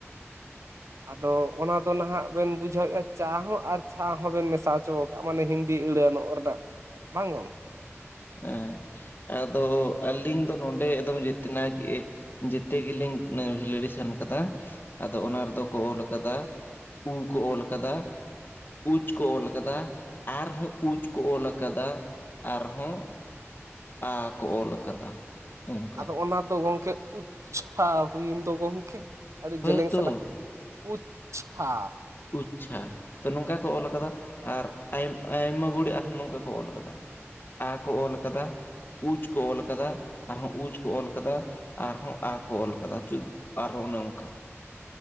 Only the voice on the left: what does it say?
ᱦᱮᱸ ᱟᱫᱚ ᱟᱹᱞᱤᱧ ᱫᱚ ᱱᱚᱰᱮ ᱮᱠᱫᱚᱢ ᱡᱮᱛᱱᱟ ᱜᱮ ᱡᱮᱛᱮ ᱜᱮᱞᱤᱧ ᱵᱷᱮᱞᱤᱰᱮᱥᱮᱱ ᱠᱟᱫᱟ ᱟᱫᱚ ᱚᱱᱟ
ᱨᱮᱫᱚ ᱠᱚ ᱚᱞ ᱠᱟᱫᱟ ᱩ ᱠᱚ ᱚᱞ ᱠᱟᱫᱟ ᱩᱪ ᱠᱚ ᱚᱞ ᱟᱠᱟᱫᱟ ᱟᱨᱦᱚᱸ ᱩᱪ ᱠᱚ ᱚᱞ ᱟᱠᱟᱫᱟ ᱟᱨᱦᱚᱸ ᱟ ᱠᱚ ᱚᱞ ᱟᱠᱟᱫᱟ ᱚᱱᱠᱟ
ᱦᱳᱭᱛᱚ
ᱩᱪᱼᱪᱷᱟ ᱛᱚ ᱱᱚᱝᱠᱟ ᱠᱚ ᱚᱞ ᱠᱟᱫᱟ ᱟᱨ ᱟᱭᱼᱟᱭᱢᱟ ᱜᱩᱲᱤ ᱟᱨᱦᱚᱸ ᱱᱚᱝᱠᱟ ᱠᱚ ᱚᱞ ᱠᱟᱫᱟ ᱟ ᱠᱚ ᱚᱞ ᱠᱟᱫᱟ ᱩᱪ ᱠᱚ ᱚᱞ ᱠᱟᱫᱟ ᱟᱨᱦᱚᱸ ᱩᱪ ᱠᱚ ᱚᱞ ᱠᱟᱫᱟ ᱟᱨᱦᱚ ᱟ ᱠᱚ ᱚᱞ ᱠᱟᱫᱟ ᱪᱩᱜ ᱟᱨᱦᱚᱸ ᱚᱱᱮ ᱚᱱᱠᱟ